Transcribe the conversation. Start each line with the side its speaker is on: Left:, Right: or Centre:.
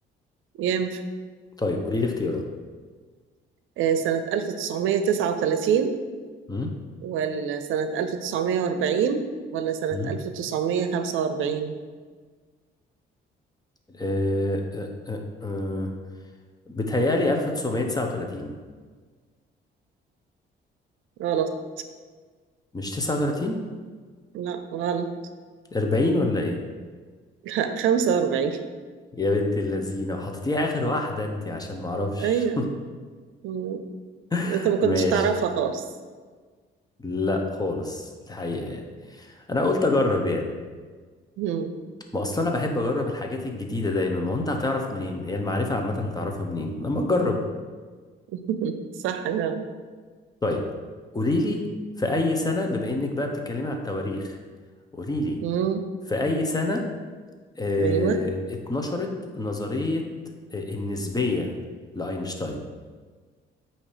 Right: ينفع
Left: طيب قولي لي اختيارات
Right: آه، سنة 1939
Left: امم
Right: ولا سنة 1940 ولا سنة
Left: امم
Right: 1945
Left: أه أه أه أه. بتهيالي 1939
Right: غلط
Left: مش 39
Right: لا غلط
Left: 40 ولا ايه
Right: <laughs> 45
Left: يا بنت اللذينه وحطيتيها اخر واحده انت عشان ما اعرفش
Right: ايوه مم.
Left: <laughs>
Right: انت ما كنتش
Left: ماشي
Right: تعرفها خالص
Left: لا خالص الحقيقه يعني انا قلت اجرب يعني
Right: مم.
Left: ما اصل انا بحب اجرب الحاجات الجديده دايما ما هو انت هتعرف منين هي المعرفه عامه هتعرفها منين لما تجرب
Right: <laughs> صح جدا
Left: طيب قولي لي في اي سنه بما انك بقى بتتكلمي على التواريخ قولي لي
Right: مم.
Left: في اي سنه آه،
Right: ايوه
Left: اتنشرت نظريه آه، النسبيه لاينشتاين